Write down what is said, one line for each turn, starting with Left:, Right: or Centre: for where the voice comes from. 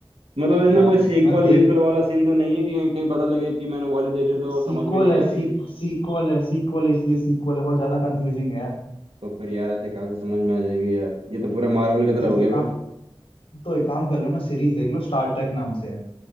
Right: मतलब इसमें
Left: हाँ
Right: कोई सीक्वल
Left: मैं देख
Right: वीक्वल वाला सीन तो नहीं है कि कहीं कहीं पता लगे कि मैंने वाली देख ली तो
Left: सीक्वल
Right: वो समझ में नहीं
Left: है
Right: आ
Left: सीक,
Right: रही
Left: सीक्वल है सीक्वल इसलिए सीक्वल है बहुत ज्यादा कंफ्यूजिंग है यार
Right: तो फिर यार ऐसे कहाँ से समझ में आ जाएगी यार ये तो पूरा मार्वल की तरह
Left: ये
Right: हो
Left: तो
Right: गया
Left: एक
Right: फिर
Left: काम तो एक काम कर लो ना सीरीज देख लो स्टार ट्रेक नाम से है